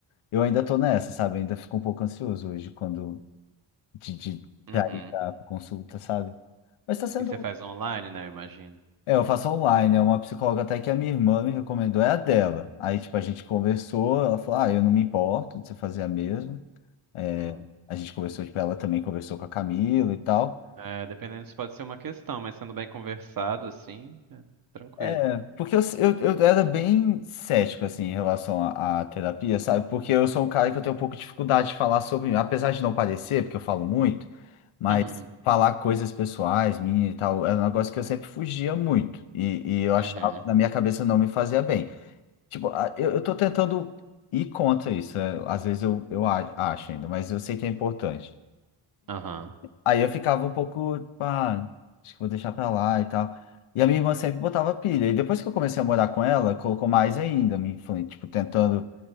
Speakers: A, on the left; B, on the right.
A: Eu ainda tô nessa, sabe? Ainda fico um pouco ansioso hoje quando de, de
B: uhum.
A: pra ir pra consulta, sabe? Mas tá sendo.
B: E você faz online, né, eu imagino.
A: É, eu faço online, é uma psicóloga até que a minha irmã me recomendou, é a dela. Aí, tipo, a gente conversou, ela falou, ah, eu não me importo de você fazer a mesma. É,
B: Uhum.
A: a gente conversou, tipo, ela também conversou com a Camila e tal.
B: É, dependendo, isso pode ser uma questão, mas sendo bem conversado assim, é tranquilo.
A: É, porque eu, eu, eu era bem cético, assim, em relação à, à terapia, sabe? Porque eu sou um cara que eu tenho um pouco de dificuldade de falar sobre, apesar de não parecer, porque eu falo muito, mas
B: <laughs>
A: falar coisas pessoais, minha e tal, era um negócio que eu sempre fugia muito. E, e eu achava,
B: Uhum, uhum,
A: na minha cabeça, não me fazia bem. Tipo, a- eu, eu tô tentando ir contra isso. é, Às vezes eu, eu a- acho ainda, mas eu sei que é importante.
B: aham,
A: Aí eu ficava um pouco, tipo, ah, acho que vou deixar pra lá e tal. E a minha irmã sempre botava pilha. E depois que eu comecei a morar com ela, colocou mais ainda, me influ- tipo, tentando